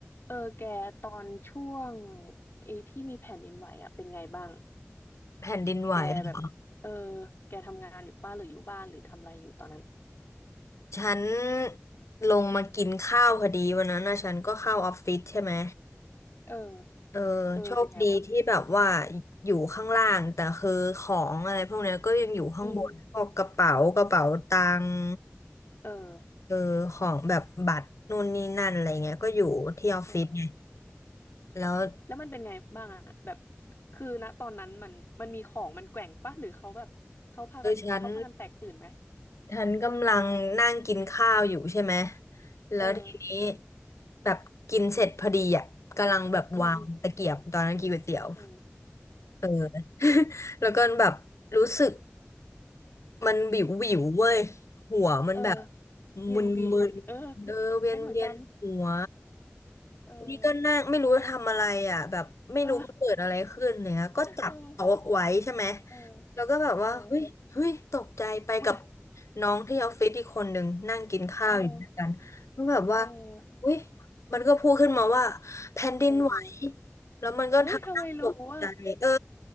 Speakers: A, on the left (about 55°); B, on the left (about 85°).
A: เออแกตอนช่วงไอ้ที่มีแผ่นดินไหวอ่ะเป็นไงบ้าง
B: แผ่นดินไหวอะ
A: แกแบบเออแกทำงานอยู่ป้าหรืออยู่บ้านหรือทำอะไรอยู่ตอนนั้น
B: ฉันลงมากินข้าวพอดีวันนั้นนะฉันก็เข้าออฟฟิศใช่ไหม
A: เออ
B: เออโชคดีที่แบบว่า
A: เออเป็นไงวะ
B: อยู่ข้างล่าง แต่คือของอะไรพวกเนี้ยก็ยังอยู่ข้างบนพวกกระเป๋ากระเป๋าตังค์
A: อืมเออ
B: เออของแบบบัตรนู่นนี่นั่นอะไรเงี้ยก็อยู่ที่ออฟฟิศไง
A: เออ
B: แล้ว
A: แล้วมันเป็นไงบ้างอ่ะแบบคือณตอนนั้นมันมันมีของมันแกว่งปะหรือเขาแบบเขาพากันเขาพากันแตกตื่นไหม
B: คือฉัน ฉันกำลังนั่งกินข้าวอยู่ใช่ไหมแล้วทีนี้
A: เออ
B: แบบกินเสร็จพอดีอ่ะกำลังแบบวางตะเกียบตอนนั้นกินก๋วยเตี๋ยว
A: อืมอืมเออ
B: เออ <laughs> แล้วก็แบบรู้สึก มันวิววิวเว้ยหัวมันแบบ
A: เออเวียนเวียนเออ
B: มึนมึนเออเวียนเวียนหัว
A: เป็นเหมือนกันเออ
B: นี่ก็นั่งไม่รู้จะทำอะไรอ่ะแบบไม่รู้มันเกิดอะไรขึ้นเนี่ยก็จับโต๊ะไว้ใช่ไหม
A: เออเออเออ
B: แล้วก็แบบว่าเฮ้ยเฮ้ยตกใจไปกับ
A: เออเหมือน
B: น้องที่ออฟฟิศอีกคนหนึ่งนั่งกินข้าวอยู่ด้วยกันก็แบบว่า
A: เออเออ
B: เฮ้ยมันก็พูดขึ้นมาว่าแผ่นดินไหว
A: เออเออ
B: แล้วมันก็ทำหน้าตกใจเออ
A: เอ้ยทำไมรู้ว่า